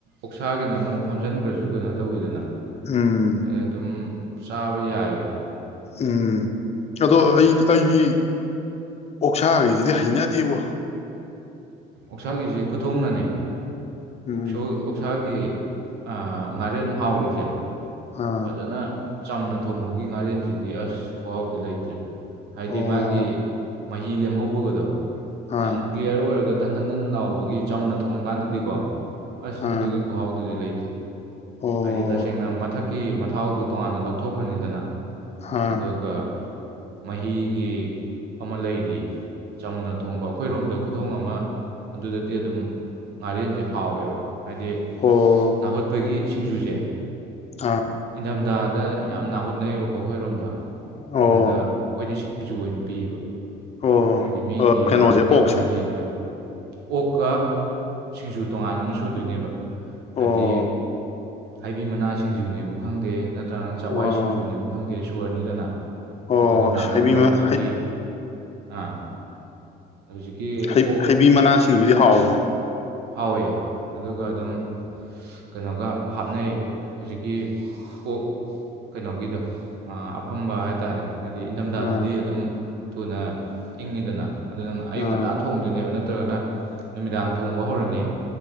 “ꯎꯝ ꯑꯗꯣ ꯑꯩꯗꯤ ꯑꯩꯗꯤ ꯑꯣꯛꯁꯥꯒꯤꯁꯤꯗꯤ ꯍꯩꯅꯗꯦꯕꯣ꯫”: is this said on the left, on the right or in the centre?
Left